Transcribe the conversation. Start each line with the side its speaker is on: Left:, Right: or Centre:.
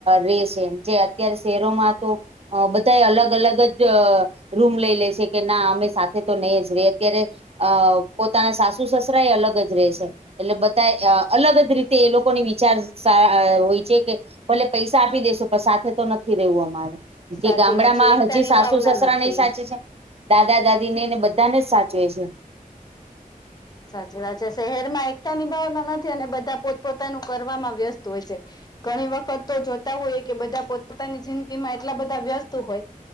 Right: રે છે જે અત્યારે શહેરોમાં તો અ બધા એ અલગ અલગ જ અ રૂમ લઈ લે છે કે ના અમે સાથે તો નહી જ રહી હકીએ રે અ પોતાના સાસુ સસરા એ અલગ જ રહે છે એટલે બધાએ અ અલગ જ રીતે એ લોકોની વિચાર સાર હોય છે કે ભલે પૈસા આપી દઈશું સાથે તો નથી રહેવું અમાર.
Left: સાચી
Right: જે ગામડામાં
Left: વાત છે એકતાની
Right: હજી સાસુ
Left: ભાવના
Right: સસરા
Left: નથી
Right: નઈ સાચે છે દાદા દાદીને ને બધા ને જ સાચવે છે.
Left: સાચી વાત છે. શહેરમાં એકતાની ભાવના નથી અને બધા પોત પોતાનું કરવામાં વ્યસ્ત હોય છે. ઘણી વખત તો જોતા હોઈએ કે બધા પોત પોતાની જિંદગીમાં એટલા બધા વ્યસ્ત હોય